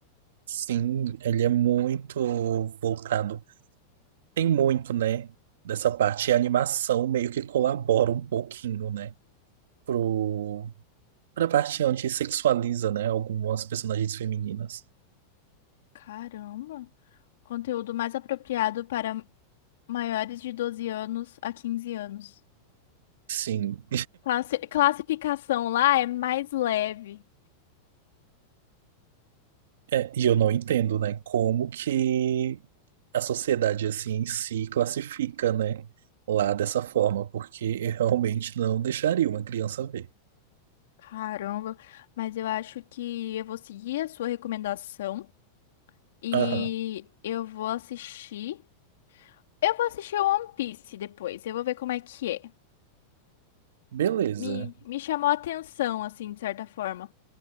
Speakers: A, on the right; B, on the left.
A: Sim, ele é muito voltado. Tem muito, né, dessa parte. E a animação meio que colabora um pouquinho, né, pro, pra parte onde sexualiza, né, algumas personagens femininas.
B: Caramba. Conteúdo mais apropriado para maiores de 12 anos a 15 anos.
A: Sim,
B: Classi- classificação lá é mais leve.
A: É, e eu não entendo, né? Como que a sociedade assim em si classifica, né? Lá dessa forma, porque eu realmente não deixaria uma criança ver.
B: Caramba. Mas eu acho que eu vou seguir a sua recomendação e
A: Aham,
B: eu vou assistir. Eu vou assistir o One Piece depois, eu vou ver como é que é.
A: beleza.
B: Me, me chamou a atenção, assim, de certa forma.